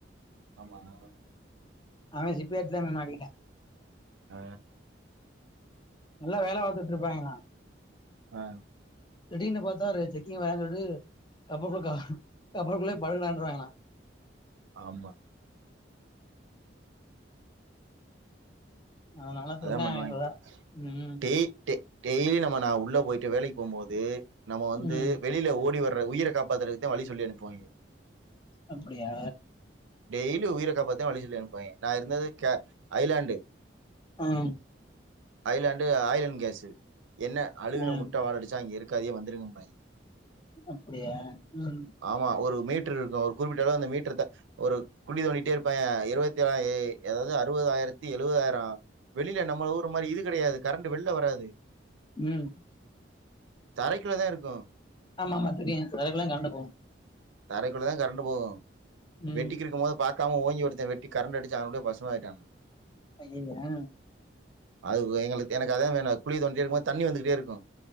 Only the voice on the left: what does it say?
அவ சிப்பி எக்ஸ்ஸாம்ல மாட்டிடா
நல்லா வேல பாத்துட் ருப்பாய்ங்ளா
திடீர்னு பாத்தா செக்கிங் வாறே சொல்ட்டு கப்பல்குள்ள கா கப்பல்குள்ளே பழகுடான்றாகண்ணா
அதனால
சொன்னே
அவே கூட ம்
ம்
அப்படியா
ஆம்
ம்
அப்புடியா ம்
ம்
ஆமா ஆமா தெரியு சில நேரத்துல கரண்ட்டு போகு
ம்
அய்யய்ய